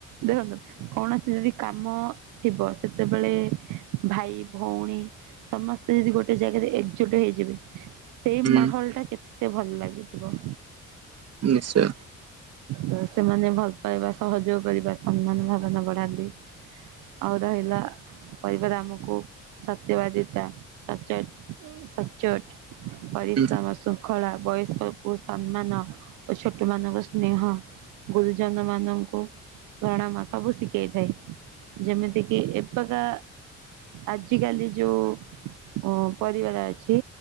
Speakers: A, on the right; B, on the right.
A: ଦେଖନ୍ତୁ କୌଣସି ଯଦି କାମ। ଥିବ ସେତେବେଳେ ଭାଇ ଭଉଣୀ ସମସ୍ତେ ଯଦି ଗୋଟେ ଜାଗାରେ ଏକଜୁଟ ହେଇ। ସେଇ ମାହୋଲ
B: ଉଁ
A: ଟା କେତେ ଭଲ ଲାଗିଥିବ।
B: ନିଶ୍ଚୟ
A: ତ ସେମାନେ ଭଲ ପାଇବା ସହଯୋଗ କରିବା ସମ୍ମାନ ଭାବନା ବଢାନ୍ତି। ଆଉ ରହିଲା ପରିବାର ଆମକୁ ସତ୍ୟବାଦିତା, ସଚେ ସଚ୍ଚୋଟ ପରିଶ୍ରମ
B: ହୁଁ
A: ଶୃଙ୍ଖଳା ବୟସ୍କକୁ ସମ୍ମାନ। ଓ ଛୋଟ ମାନଙ୍କ ସ୍ନେହ। ଗୁରୁଜନ ମାନଙ୍କୁ ପ୍ରଣାମ ସବୁ ଶିଖେଇଥାଏ। ଯେମିତି କିି ଏବେକା ଆଜିକାଲି ଯୋଉ ଅ, ପରିବାର ଅଛି।